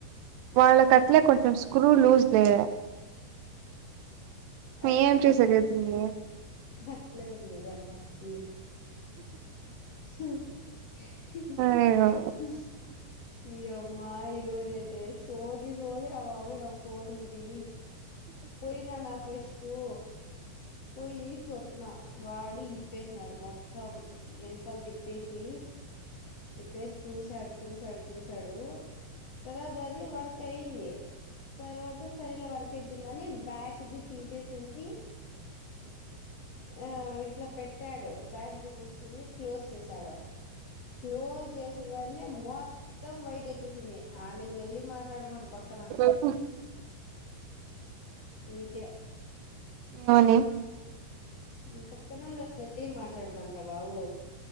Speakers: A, on the right; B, on the left.
A: వాళ్లకి అట్లే కొంచెం స్క్రూ లూజ్ దే
B: అట్లే
A: ఏం చేసేకైతుంది
B: ఉంది అట్లే ఉంది రమ ల్లీ హ
A: అయ్యో
B: ఇయ్యమ్మా ఈరోజైతే సోది సోధిర బాబు నా ఫోన్ట్వితే పోయినా నా ఫస్టు వోయీ చెప్పిన వాడు ఇప్పేసినాడు మొత్తం వెనకలది విప్పేసి ఇప్పేసి చూసాడు చూసాడు చూసాడు తర్వాత అది వర్క్ అయింది తర్వాత సరేలే వర్క్ అయితుందని బ్యాక్ది తీసేసింది ఆహ్ ఇట్లా పెట్టాడు బాక్ది తీసింది క్లోజ్ చేసాడు క్లోజ్ చేసిన వెంటనే మొత్తం వైట్ వచ్చేసింది ఆమెను మెల్లిగా మాట్లాడమాను పక్కన
A: ఉమ్
B: నీకే
A: అవునే
B: నీ పక్కనోళ్ళని మెల్లిగ మాట్లాడమనె బాబు